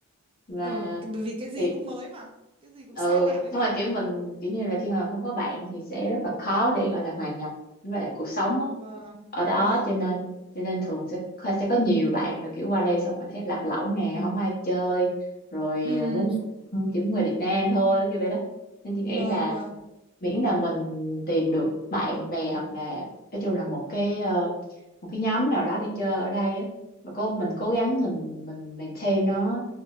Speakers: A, on the left (about 40°); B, on the right (about 25°).
A: và
B: Ờ, cái- bởi vì cái gì
A: thì
B: cũng mới mà, cái gì cũng
A: ừ
B: xa lạ với
A: xong
B: mình.
A: rồi kiểu mình kiểu như là khi mà không có bạn thì sẽ rất là khó để gọi là hòa nhập với lại cuộc sống á
B: Vâng,
A: ở đó
B: vâng,
A: cho nên
B: đúng.
A: cho nên thường sẽ sẽ có nhiều bạn là kiểu qua đây xong rồi thấy lạc lõng nè không ai chơi rồi
B: Ừ,
A: ờ, muốn chỉ muốn người Việt Nam thôi kiểu vậy đó nên chị
B: vâng,
A: nghĩ là
B: vâng,
A: miễn là mình tìm được bạn bè hoặc là nói chung là một cái ờ, một cái nhóm nào đó đi chơi ở đây á mà cô mình cố
B: đúng
A: gắng
B: rồi.
A: mình mình maintain nó